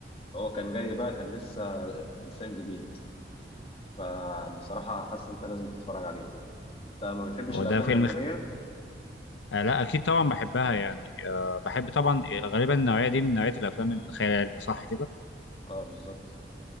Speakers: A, on the left; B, on the left.
A: فهو كان جاي بقى كان لسه إنسان جديد فبصراحة حاسس إن أنت لازم تتفرج عليه أنت ما بتحبش
B: هو
A: الأفلام
B: ده فيلم
A: الأجنبية؟
B: خ... آه لا اكيد طبعا بحبها يعني آه بحب طبعا آه، غالبا النوعيه دي من نوعيه الافلام الخيال العلمي صح كده
A: أه بالظبط